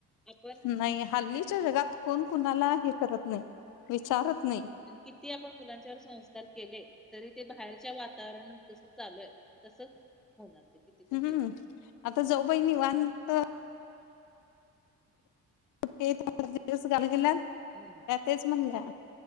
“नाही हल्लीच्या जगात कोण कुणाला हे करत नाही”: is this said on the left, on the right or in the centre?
Left